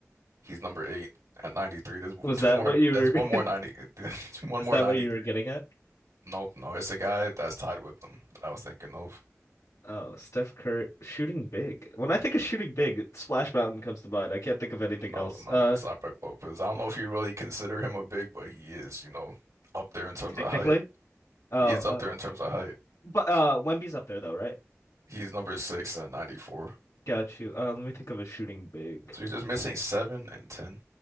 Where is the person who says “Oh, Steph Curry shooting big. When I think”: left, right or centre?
Left